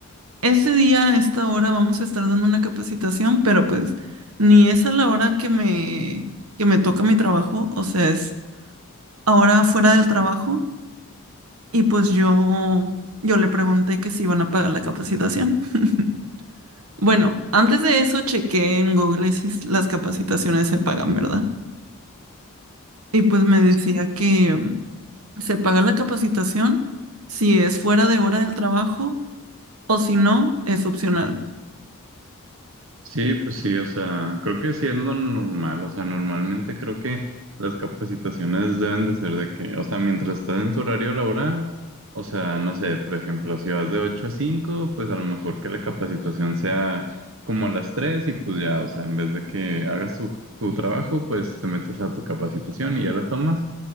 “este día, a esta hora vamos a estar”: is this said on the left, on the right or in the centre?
Right